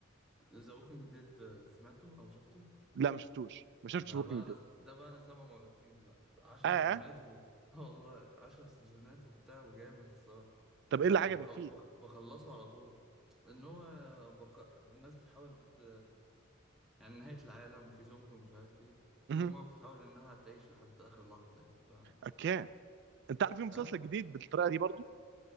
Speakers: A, in the centre; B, on the right.
A: ذا ووكينج ديد سمعته او شفته
B: لا ما شفتوش ما شفتش
A: ده
B: بوكينج
A: بقى انا ده بقى انا سامعه مرتين بقى. عشر
B: ده
A: سيزونات و... <laughs> والله عشر سيزونات وبتاع وجامد الصراحة
B: طب ايه اللي عجبك
A: انا بخل...
B: فيه؟
A: بخ... بخلصه على طول ان هو بق... الناس بتحاول ت... يعني نهاية العالم وفي زومبي ومش عارف ايه في
B: مهم.
A: مجموعة بتحاول انها تعيش لحد اخر لحظة يعني ف
B: اوكي انت عارف في مسلسل
A: اه
B: جديد بالطريقه دي برضو